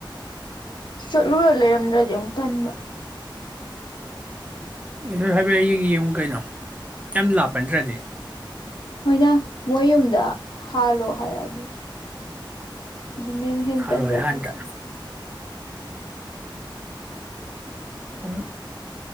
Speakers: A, on the left (about 65°); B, on the right (about 20°).
A: ꯆꯠꯂꯨꯔ ꯂꯩꯔꯝꯗ꯭ꯔ ꯌꯦ ꯑꯃꯨꯛꯊꯟꯗ
B: ꯏꯁꯨ ꯍꯥꯏ ꯌꯦꯡꯉꯨ ꯀꯩꯅꯣ ꯀꯝ ꯂꯥꯞꯄꯟꯗ꯭ꯔꯗꯤ
A: ꯃꯣꯏꯅ ꯃꯣꯏ ꯌꯨꯝꯗ ꯍꯥꯜꯂꯣ ꯍꯥꯏꯔꯛꯑꯗꯤ ꯗꯨꯅꯤꯌꯥꯅ ꯍꯦ
B: ꯍꯜꯂꯣꯏ
A: ꯇꯟꯖꯕ꯭ꯔ
B: ꯍꯥꯟꯅꯗ ꯎꯝ